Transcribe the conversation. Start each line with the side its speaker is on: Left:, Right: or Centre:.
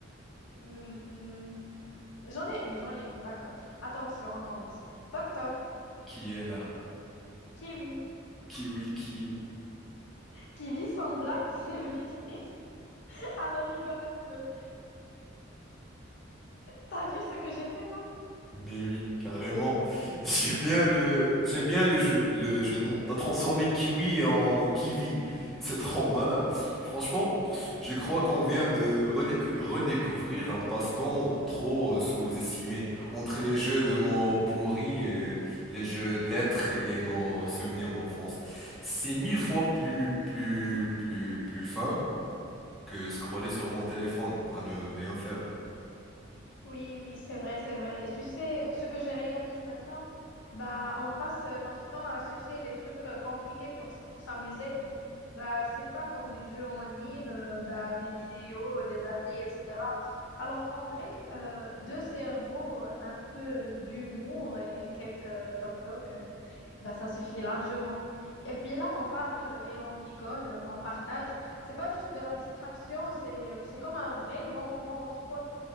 Left: Hmm, hmm. j'en ai une, j'en ai une, d'accord. Attention, on commence. Toc toc,
Centre: Qui est là?
Left: kiwi.
Centre: Kiwi qui?
Left: qui vit sans blague <laughs> vit triste. Alors rigole un peu. T'as vu ce que j'ai fait là
Centre: Mais oui, carrément. <laughs> J'aime bien le, j'aime bien le jeu, le jeu de mots. T'as transformé kiwi en kiwi. C'est trop malin. Franchement, je crois qu'on vient de redécou- redécouvrir un passe-temps trop euh, sous-estimé. Entre les jeux de mots pourris, euh, les jeux de lettres et nos souvenirs d'enfance. C'est mille fois plus, plus, plus, plus fin que scroller sur mon téléphone à ne rien faire.
Left: Oui, oui, c'est vrai, c'est vrai. Et tu sais, ce que je réalise maintenant, bah, on passe notre temps à chercher des trucs euh, compliqués pour, s- pour s'amuser. Bah, je sais pas, comme des jeux en ligne, euh, bah, des vidéos, euh, des applis, etc. Alors qu'en vrai, euh, deux cerveaux, euh, un peu d'humour et quelques toc-toc, euh, bah, ça suffit largement. Et puis là, on parle et on rigole, euh, on partage. C'est pas juste de la distraction, c'est, euh, c'est comme un vrai bon moment entre potes.